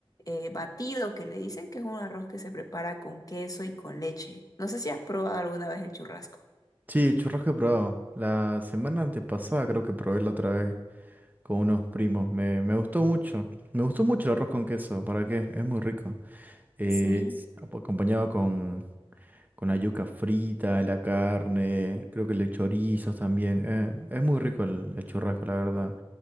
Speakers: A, on the left; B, on the right.
A: eh, batido que le dicen que es un arroz que se prepara con queso y con leche. No sé si has probado alguna vez el churrasco.
B: Sí, churrasco he probado. La semana antepasada creo que probé la otra vez con unos primos. Me, me gustó mucho. Me gustó mucho el arroz con queso. ¿Para qué? Es muy rico. Eh,
A: Sí.
B: es ap- acompañado con, con la yuca frita, la carne, creo que le chorizos también. eh, es muy rico el, el churrasco, la verdad.